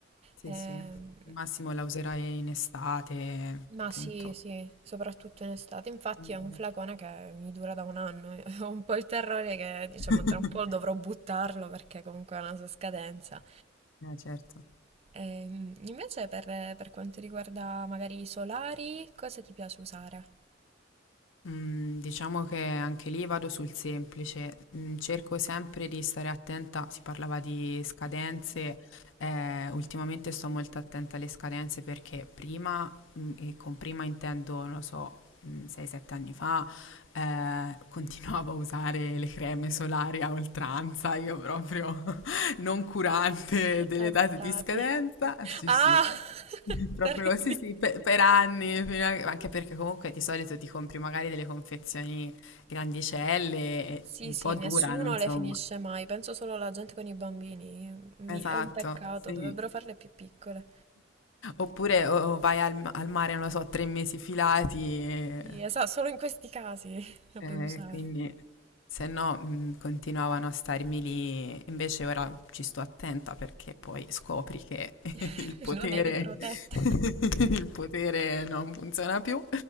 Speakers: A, on the left; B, on the right.
A: Sì,
B: Ehm,
A: sì. Al massimo la userai in estate,
B: ma
A: appunto.
B: sì, sì, soprattutto in estate. Infatti
A: Mm, mm.
B: è un flacone che mi dura da un anno. <laughs> Ho un po' il terrore che, diciamo,
A: <laughs>
B: tra un po' dovrò buttarlo perché comunque ha una sua scadenza.
A: Eh, certo.
B: Ehm, invece per, per quanto riguarda magari i solari, cosa ti piace usare?
A: Mm, Diciamo che anche lì vado sul semplice, Mm, cerco sempre di stare attenta, si parlava di scadenze, eh, ultimamente sto molto attenta alle scadenze perché prima, mm, e con prima intendo, non lo so, 6-7 anni fa, eh, continuavo a usare le creme solari a oltranza, io proprio <laughs> non curante
B: <laughs>
A: delle
B: A
A: date
B: strati.
A: di scadenza, sì
B: Ah!
A: sì,
B: <laughs>
A: <laughs> Proprio
B: Terribile.
A: sì, sì, pe- per, anni, fino a- anche perché comunque di solito ti compri magari delle confezioni grandicelle, e
B: Sì,
A: un
B: sì,
A: po'
B: nessuno
A: durano, insomma.
B: le finisce mai, penso solo alla gente con i bambini, Mi-
A: Esatto,
B: è un peccato,
A: sì.
B: dovrebbero farle più piccole.
A: Oppure o- o vai al, al mare, non lo so, tre mesi filati
B: Sì, esatto, solo in questi casi <laughs> la
A: Eh,
B: puoi usare.
A: quindi se no mh, continuavano a starmi lì, invece ora ci sto attenta perché poi scopri che <laughs>
B: <laughs>
A: il potere,
B: Non eri protetta.
A: <laughs> il potere non funziona più.